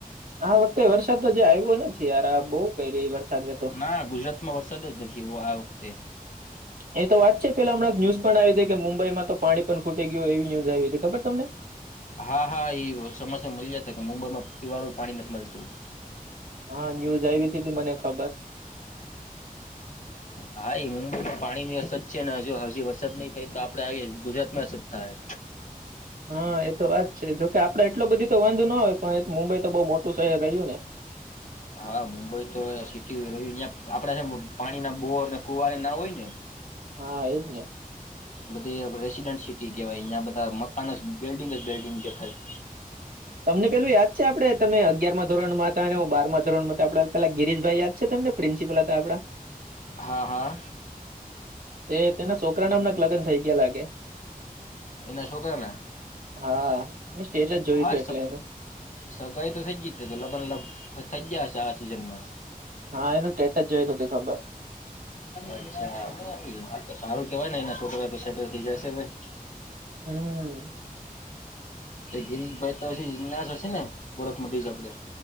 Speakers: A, on the right (about 70°); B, on the left (about 55°).
A: આ વખતે વરસાદ તો જે આવ્યો નથી યાર આ બહુ કઈ રહી વરસાદ તો
B: ના ગુજરાતમાં વરસાદ જ નથી આ વખતે
A: એ તો વાત છે પેલા હમણાં ન્યુઝ પણ આવી હતી કે મુંબઈમાં તો પાણી પણ ખૂટી ગયુંય એવી ન્યુઝ આવી હતી ખબર તમને?
B: હા હા એ સમસ્યા મળી જતા કે મુંબઈમાં પીવાનું પાણી નથી મળતું.
A: હા ન્યુઝ આવી તી મને? ખબર
B: હા એ મુંબઈમાં પાણી ની અસત છે ને? જો હજી વરસાદ નહી થાય તો આપડે આય ગુજરાતમાં આસકતા હે
A: હા એતો વાત છે જોકે આપડે એટલો બધી તો વાંધો ના હોય પણ મુંબઈ તો બઉુ મોટું શહેર રહ્યું ને. હ
B: હા મુંબઈ તો સિટીય <unintelligible> ન્યા આપડા હે ન પાણી ના બોર ને કુવા ના હોય ને.
A: હા એજ ને.
B: બધી રેસીડેન્ટ સિટી કેવાય અયિયાં બધા મકાન જ બિલ્ડિંગ જ બિલ્ડિંગ દેખાય
A: તમને પેલું યાદ છે આપડે તમે અગિયાર માં ધોરણ માં હતા અને બાર ધોરણ માં હતા આપડે પેલા ગિરીશભાઈ યાદ છે તમને પ્રિન્સિપલ હતા આપડા?
B: હા હા
A: એ તેના છોકરા નામનાક લગ્ન થઈ ગયા લાગે
B: એના છોકરાના
A: હા મે સ્ટેજ જ જોયું
B: હા
A: હતું એટલે
B: સ-
A: એનું
B: સગાઈ તો થઇ ગ. ઈ છે તો લગ્ન લગ થઈ ગયા હ છે આ સિઝનમાં
A: હા એનું કેટ જ જોયું હત તે ખબર
B: અચ્છા હા તો સારું કેવાયને એના શો કરવા તો સેટલ થઈ જશે ભાઈ.
A: હમ
B: ગિરશભાઈ તો હ્યાશ હશે ને ગોરખ મ આપડે